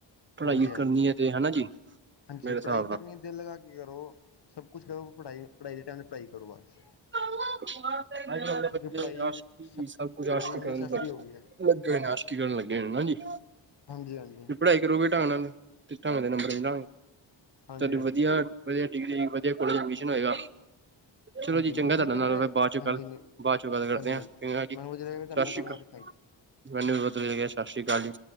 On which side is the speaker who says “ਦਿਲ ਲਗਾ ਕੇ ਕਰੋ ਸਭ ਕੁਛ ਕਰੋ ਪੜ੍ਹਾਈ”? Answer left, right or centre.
Left